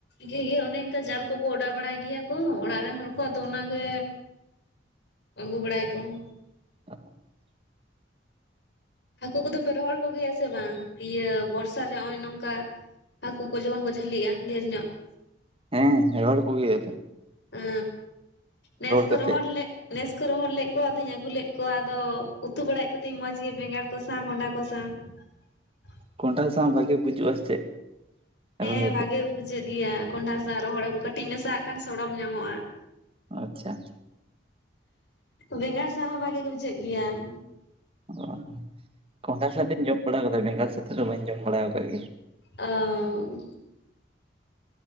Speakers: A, on the left; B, on the right.
A: ᱡᱮᱦᱮ ᱚᱱᱮ ᱚᱱᱠᱟ ᱡᱟᱞ ᱠᱚᱠᱚ ᱚᱰᱟᱣ ᱵᱟᱲᱟᱭ ᱜᱮᱭᱟ ᱠᱚ ᱚᱲᱟᱜ ᱨᱮᱱ ᱦᱚᱲ ᱠᱚ ᱟᱫᱚ ᱚᱱᱟ ᱜᱮ ᱟᱹᱜᱩ ᱵᱟᱲᱟᱭᱟ ᱠᱚ ᱾
B: <inaudible>
A: ᱦᱟᱹᱠᱩ ᱠᱚᱫᱚ ᱯᱮ ᱨᱚᱦᱚᱲ ᱠᱚᱜᱮᱭᱟ ᱥᱮ ᱵᱟᱝ? ᱤᱭᱟᱹ ᱵᱚᱨᱥᱟ ᱨᱮ ᱱᱚᱜᱼᱚᱭ ᱱᱚᱝᱠᱟ ᱦᱟᱹᱠᱩ ᱠᱚ ᱡᱮᱢᱚᱱ ᱠᱚ ᱡᱷᱟᱹᱞᱤᱜᱼᱟ, ᱰᱷᱮᱨ ᱧᱚᱜ ᱾
B: ᱦᱮᱸ ᱦᱚᱦᱚᱲ ᱠᱚ ᱜᱮᱭᱟᱞᱮ ᱾
A: ᱚ, ᱱᱮᱥ ᱠᱚ
B: ᱠᱟᱛᱮᱫ
A: ᱨᱚᱦᱚᱲ ᱞᱮᱫ ᱱᱮᱥ ᱠᱚ ᱨᱚᱦᱚᱲ ᱞᱮᱫ ᱠᱚᱣᱟ, ᱟᱫᱚᱧ ᱟᱹᱜᱩ ᱞᱮᱫ ᱠᱚᱣᱟ ᱟᱫᱚ ᱩᱛᱩ ᱵᱟᱲᱟᱭᱮᱫ ᱠᱚᱛᱤᱧ ᱢᱚᱸᱡᱽ ᱜᱮ ᱵᱮᱸᱜᱟᱲ ᱠᱚ ᱥᱟᱶᱟ ᱠᱚᱸᱰᱷᱟ ᱠᱚ ᱥᱟᱶ <inaudible>
B: ᱠᱚᱸᱰᱷᱟ ᱥᱟᱶ ᱵᱷᱟᱜᱤ ᱵᱩᱡᱩᱜᱼᱟ ᱥᱮ ᱪᱮᱫ?
A: ᱦᱮᱸ
B: ᱨᱚᱦᱚᱲ ᱦᱟᱹᱠᱩ
A: ᱵᱷᱟᱜᱮ ᱵᱩᱡᱷᱟᱹᱜ ᱜᱮᱭᱟ ᱠᱟᱸᱰᱷᱟ ᱥᱟᱶ ᱨᱚᱦᱚᱲ ᱦᱟᱹᱠᱩ ᱠᱟᱹᱴᱤᱡ ᱢᱮᱥᱟᱣᱟᱜ ᱠᱷᱟᱱ ᱥᱚᱲᱚᱢ ᱧᱟᱢᱚᱜᱼᱟ ᱾
B: ᱟᱪᱪᱷᱟ ᱾
A: ᱵᱮᱸᱜᱟᱲ ᱥᱟᱶ ᱦᱚᱸ ᱵᱷᱟᱜᱮ ᱜᱮ ᱵᱩᱡᱷᱟᱹᱜ ᱜᱮᱭᱟ ᱾
B: ᱚ ᱠᱚᱸᱰᱷᱟ ᱥᱟᱛᱮᱧ ᱡᱚᱢ ᱵᱟᱲᱟ ᱠᱟᱫᱟ ᱵᱮᱸᱜᱟᱲ ᱥᱟᱛᱮ ᱫᱚ ᱵᱟᱹᱧ ᱡᱚᱢ ᱵᱟᱲᱟᱶ ᱠᱟᱜ ᱜᱮ ᱾
A: ᱚ